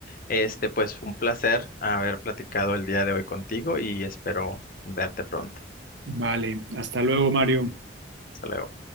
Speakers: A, on the left (about 45°); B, on the right (about 70°).
A: este, pues fue un placer haber platicado el día de hoy contigo y espero verte pronto.
B: Vale, hasta luego, Mario.
A: Hasta luego.